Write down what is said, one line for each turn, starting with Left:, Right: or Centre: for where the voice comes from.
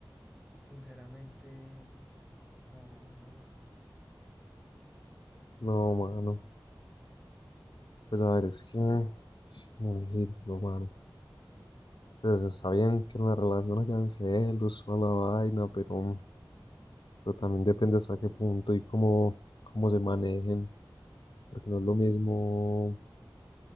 Centre: sinceramente no, no va.
Left: No, mano. Pues a ver, es que... Sí, cómo decirlo, mano. Pues está bien que en la relación hayan celos o la vaina, pero, pero también depende hasta qué punto y cómo, cómo se manejen. Porque no es lo mismo...